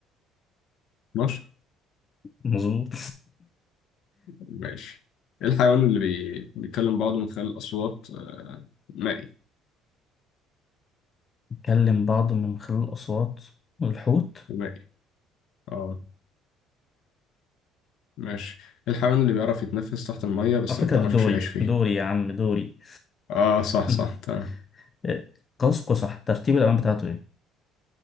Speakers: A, on the left (about 55°); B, on the left (about 20°).
A: مصر
B: مظبوط
A: ماشي إيه الحيوان اللي بي... بيتكلم بعضه من خلال الأصوات آه، مائي
B: <laughs> نكلم بعض من خلال الأصوات والحوت
A: مائي اه ماشي الحيوان اللي بيعرف يتنفس تحت المية بس
B: على فكرة
A: ما بيعرفش
B: ده دوري
A: يعيش فيه
B: دوري يا عم دوري
A: اه صح
B: <laughs>
A: صح تمام
B: إيه، قوس قزح ترتيب الألوان بتاعته إيه؟